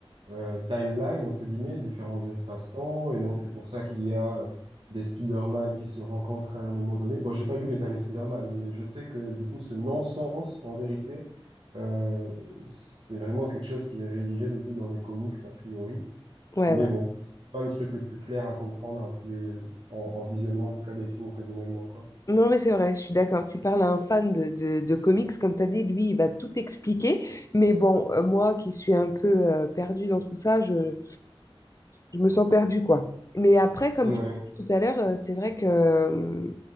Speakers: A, on the right; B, on the left.
A: euh, timelines, entre guillemets, différents espaces-temps, et donc c'est pour ça qu'il y a euh, des Spider-Man qui se rencontrent à un moment donné. Bon, j'ai pas vu les derniers Spider-Man, hein, mais je sais que du coup, ce non-sens, en vérité, euh, c'est vraiment quelque chose qui est rédigé du coup dans les comics a priori.
B: Ouais,
A: Mais
B: ouais.
A: bon, c'est pas le truc le plus clair à comprendre a priori, en, en visionnant en tout cas les films occasionnellement, quoi.
B: Non, mais c'est vrai, je suis d'accord. Tu parles à un fan de, de, de comics, comme tu as dit, lui, il va tout expliquer. Mais bon, euh, moi qui suis un peu euh, perdue dans tout ça, je, je me sens perdue, quoi. Mais après, comme
A: Ouais.
B: tu disais tout à l'heure, euh, c'est vrai que euh,